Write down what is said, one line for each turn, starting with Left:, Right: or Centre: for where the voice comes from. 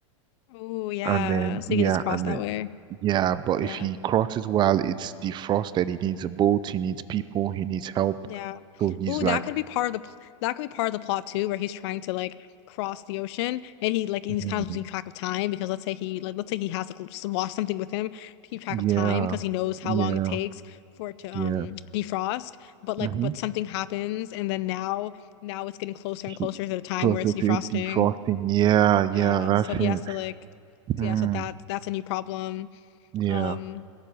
Left: Oh, yeah.
Right: And then,
Left: So
Right: yeah,
Left: you can just cross
Right: and
Left: that
Right: then,
Left: way.
Right: yeah, but
Left: Yeah.
Right: if he crosses while it's defrosted, he needs a boat, he needs people, he needs help.
Left: Yeah.
Right: So he's
Left: Ooh,
Right: like,
Left: that could be part of the pl- that could be part of the plot too, where he's trying to like cross the ocean and he like and he's
Right: "Hmm,
Left: kind of losing track of time because let's say he like let's say he has like s- lost something with him to keep track
Right: yeah,
Left: of time because he knows how
Right: yeah,
Left: long it takes for it to
Right: yeah.
Left: um defrost, but like
Right: Mm-hmm.
Left: but something happens and then now now it's getting closer
Right: He,
Left: and closer to the time
Right: closer
Left: where it's
Right: to
Left: defrosting.
Right: it defrosting. Yeah, yeah,
Left: Yeah,
Right: that's
Left: so
Right: him.
Left: he has to like so
Right: Mm,
Left: yeah, so that's that's a new problem.
Right: yeah.
Left: Um